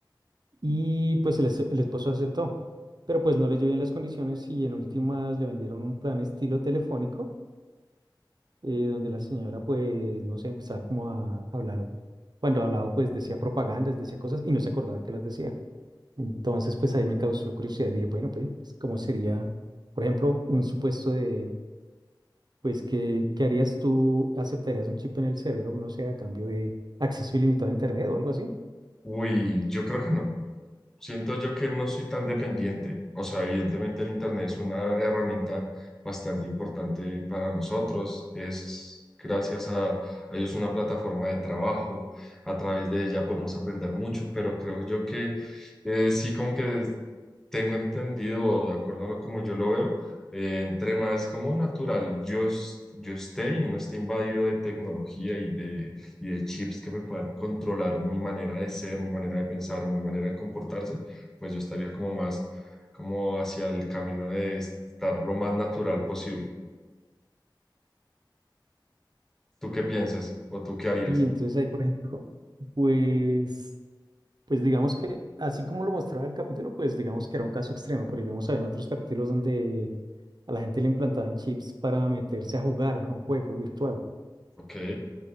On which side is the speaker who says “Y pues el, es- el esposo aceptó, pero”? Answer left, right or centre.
Right